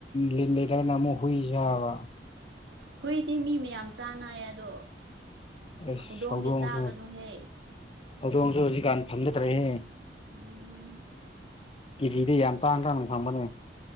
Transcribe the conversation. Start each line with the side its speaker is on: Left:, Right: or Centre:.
Left: ꯂꯤꯜ ꯂꯩꯇꯔꯒꯥꯟꯗ ꯑꯃꯨꯛ ꯍꯨꯢ ꯆꯥꯕꯥ
Right: ꯍꯨꯏꯗꯤ ꯃꯤ ꯃꯌꯥꯝ ꯆꯥꯅꯩꯌꯦ ꯑꯗꯣ
Left: ꯑꯩꯁ
Right: ꯍꯧꯗꯣꯡꯒꯤ
Left: ꯍꯧꯗꯣꯡꯁꯨ
Right: ꯆꯥꯒꯅꯨꯍꯦ
Left: ꯍꯧꯗꯣꯡꯁꯨ ꯍꯧꯖꯤꯛꯀꯥꯟ ꯐꯥꯡꯅꯗ꯭ꯔꯦꯍꯦ
Right: ꯎꯝ
Left: ꯀꯦꯖꯤꯗ ꯌꯥꯝ ꯇꯥꯡ ꯇꯥꯡꯅ ꯐꯪꯕꯅꯦ